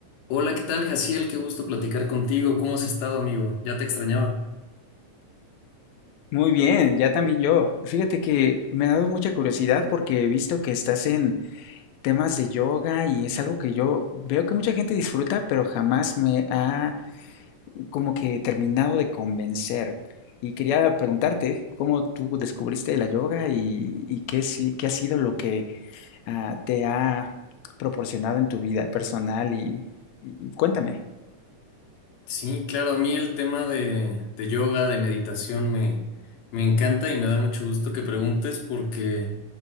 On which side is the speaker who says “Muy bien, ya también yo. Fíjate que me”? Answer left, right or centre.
Left